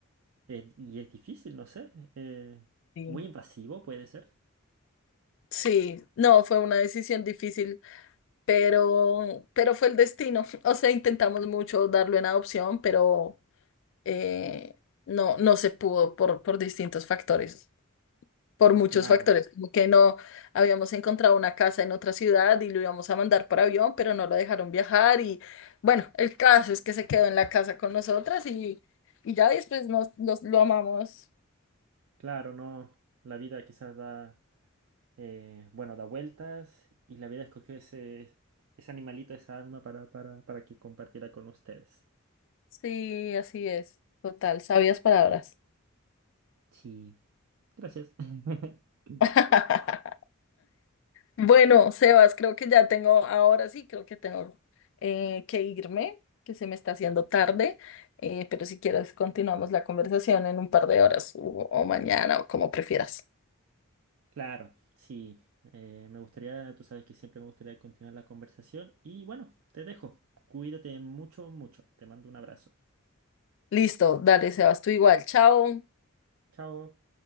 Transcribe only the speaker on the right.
Es- y es difícil, no sé. eh,
muy invasivo puede ser.
Claro,
claro, no. La vida quizás da, eh, bueno, da vueltas y la vida escogió ese, ese animalito, esa alma para, para, para que compartiera con ustedes.
Sí, gracias. <laughs>
Claro, sí. eh, me gustaría, tú sabes que siempre me gustaría continuar la conversación y bueno, te dejo. Cuídate mucho, mucho. Te mando un abrazo.
Chao.